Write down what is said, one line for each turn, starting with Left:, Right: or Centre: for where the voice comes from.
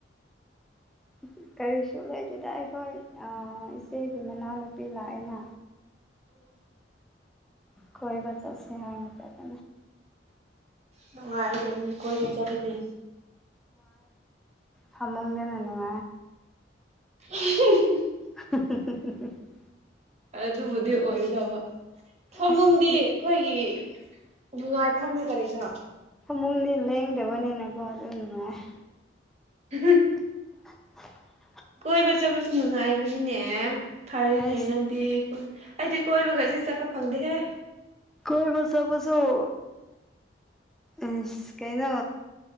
Centre: ꯎ <unintelligible> <inaudible> ꯀꯔꯤꯁꯨ ꯂꯩꯗꯨꯗ ꯑꯩꯈꯣꯏ ꯏꯆꯦꯒꯤ ꯃꯅꯥꯎꯅꯨꯄꯤ ꯂꯥꯛꯑꯦꯅ ꯀꯣꯏ ꯃꯆꯥꯁꯤꯦ ꯍ ꯉꯆ ꯀ
Right: ꯅꯨꯡꯉꯥꯏꯔꯤ ꯀꯅꯤ ꯀꯣꯏꯒ ꯆꯕꯗꯤ
Centre: ꯐꯃꯨꯡꯒꯅꯅꯨꯡ
Right: <unintelligible> <inaudible>
Centre: <unintelligible> <inaudible>
Right: ꯑꯗꯨꯕꯨꯗꯤ ꯑꯣꯏꯗꯕ ꯐꯃꯨꯡꯗꯤ
Centre: ꯑꯁ
Right: ꯑꯩꯈꯣꯏꯒꯤ ꯅꯨꯡꯉꯥꯏ ꯐꯕꯅꯤ ꯀꯔꯤꯅꯣ
Centre: ꯏꯃꯨꯡꯗꯤ ꯂꯦꯡꯗꯕꯅꯤꯅꯀꯣ ꯑꯗꯨ ꯅꯨꯡꯉꯥꯏ
Right: ꯎ
Centre: <unintelligible> <inaudible>
Right: ꯀꯣꯏꯕ ꯆꯠꯄꯁꯨ ꯅꯨꯡꯉꯥꯏꯕꯅꯤꯅꯦ ꯐꯔꯤꯅꯦ
Centre: ꯑꯁ
Right: ꯅꯪꯗꯤ ꯑꯩꯗꯤ ꯀꯣꯏꯕꯒꯁ ꯆꯠꯄ ꯐꯪꯗꯦꯍꯦ
Centre: ꯀꯣꯏꯕꯁꯕꯁꯨꯣ ꯎꯝ ꯀꯩꯅꯣ